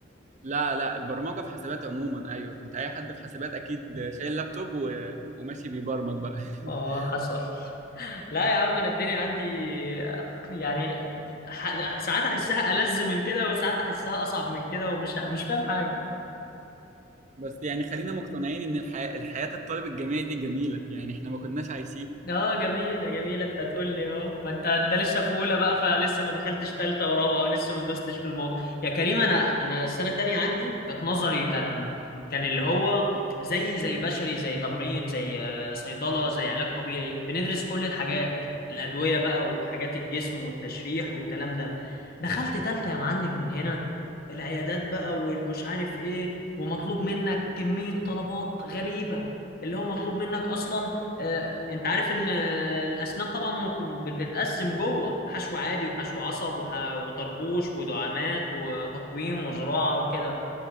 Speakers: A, on the right; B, on the left.
A: لا لا البرمجه في حاسبات عموما ايوه انت اي حد في حاسبات اكيد شايل لابتوب و... وماشي بيبرمج بقى <laughs>
B: اه حصل لا يا عم انا الدنيا عندي يعني ح- ساعات احسها ألذ من كده وساعات احسها اصعب من كده ومش مش فاهم حاجه
A: بس يعني خلينا مقتنعين ان الحياه الحياه الطالب الجامعي دي جميله يعني احنا ما كناش عايشين
B: اه جميلة جميلة انت هتقول لي اه ما انت انت لسه في اولى بقى فلسه ما دخلتش ثالثة ورابعة ولسه ما دوستش في الموضوع يا كريم انا انا السنة تانية عندي كانت نظري كان كان اللي هو زي زي بشري زي تمريض زي آه، صيدلة زي علاج طبيعي بندرس كل الحاجات الأدوية بقى وحاجات الجسم والتشريح والكلام ده دخلت ثالثة يا معلم من هنا العيادات بقى والمش عارف ايه ومطلوب منك كمية طلبات غريبة اللي هو مطلوب منك اصلا آه، انت عارف ان آه، الاسنان طبعا ممكن بتتقسم جوه حشو عادي وحشو عصب وح... وطربوش ودعامات وتقويم وزراعه وكده